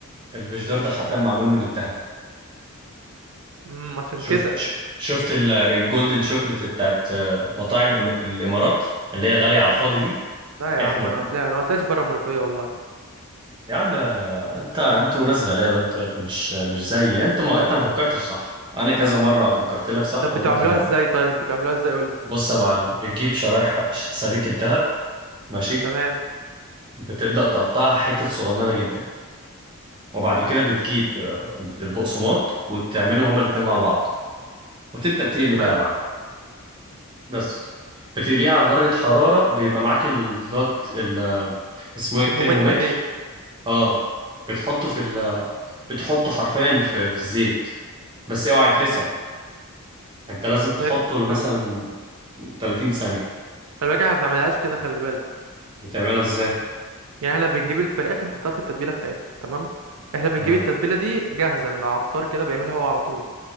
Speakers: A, on the right; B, on the right.
A: الفيجيتار ده حرفيا معمول من الدهب
B: امم عشان
A: شفت
B: كده
A: ش- شفت ال- الجولدن شوكليت بتاعت آه، مطاعم الإم- الامارات اللي هي غاليه على
B: لا
A: الفاضي
B: يا
A: دي
B: عم لا يا
A: احنا
B: عم انا
A: ب...
B: ما طلع انا ما طلعش بره المنوفيه والله
A: يا عم آه، انت انتوا ناس غلابه انت مش مش زي انت ما انت ما فكرتش صح انا كذا مره فكرت لك صح
B: طب
A: وانت
B: بتعملوها
A: ما
B: ازاي طيب بتعملوها ازاي قول لي
A: بص يا معلم بتجيب شرايح ش- سبيكه ذهب ماشي
B: تمام
A: بتبدا تقطعها حتت صغننه جدا وبعد كده بتجيب آه، البقسماط وتعملهم هما الاتنين مع بعض وتبدا تقلي
B: تمام
A: بقى يا معلم بس بتقليها على درجة حرارة بيبقى معاك اللي هو الت- ال- اسمه ايه
B: ترمومتر
A: الترمومتر
B: اكيد
A: اه بتحطه في ال... بتحطه حرفيا في في الزيت بس اوعى يتلسع انت لازم تحطه
B: فهمتك
A: مثلا
B: فهمتك
A: 30 ثانية
B: خلي بالك احنا ما بنعملهاش كده خلي بالك
A: بتعملها ازاي
B: يعني احنا بنجيب الفراخ نحطها في التتبيله بتاعتها تمام احنا بنجيب
A: تمام
B: التتبيله دي جاهزه من العطار كده بيعملها هو على طول